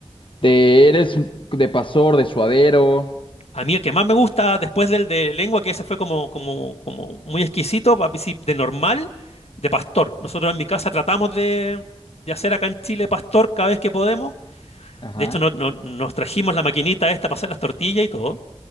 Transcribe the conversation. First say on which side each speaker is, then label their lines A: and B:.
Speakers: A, on the left; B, on the left.
A: de, eres de pastor, de suadero.
B: A mí el que más me gusta después del de lengua, que ese fue como, como, como muy exquisito, pa- sí, de normal, de pastor. Nosotros en mi casa tratamos de, de hacer acá en Chile pastor cada vez que podemos.
A: Ajá.
B: De hecho, no- no- nos trajimos la maquinita esta para hacer las tortillas y todo.